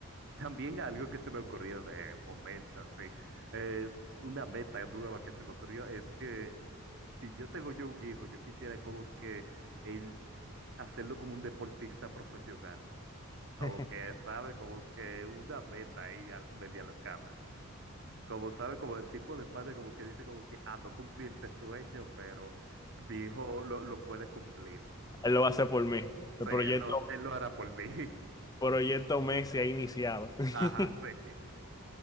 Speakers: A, on the right (about 55°); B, on the left (about 15°).
A: También algo que se me ocurrió de momento, así, eh, una meta nueva que se me ocurrió es que si yo tengo yo un hijo, yo quisiera como que él hacerlo como un deportista profesional. Como
B: <laughs>
A: que sabe, como que una meta ahí al- media locada. Como sabe, como el tipo de padre, como que dice, como que, ah, no cumplí este sueño, pero mi hijo lo, lo puede cumplir.
B: Él lo va a hacer por mí. El
A: Sí,
B: proyecto,
A: él lo, él lo hará por mí. <laughs>
B: proyecto Messi ha iniciado.
A: Ajá,
B: <laughs>
A: sí.